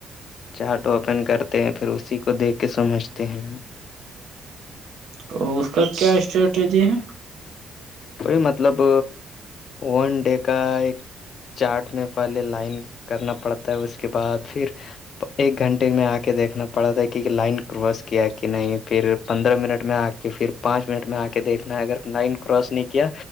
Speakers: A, on the left; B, on the right.
A: چارٹ اوپن کرتے ہیں پھر اسی کو دیکھ کے سمجھتے ہیں
B: تو اس کا کیا اسٹریٹجی ہے
A: کوئی مطلب ون ڈے کا ایک چارٹ میں پہلے لائن کرنا پڑتا ہے اس کے بعد پھر ایک گھنٹے میں آ کے دیکھنا پڑا تھا کہ لائن کراس کیا کہ نہیں پھر پندرہ منٹ میں آ کہ پھر پانچ منٹ میں آ کے دیکھنا ہے اگر لائن کراس نہیں کیا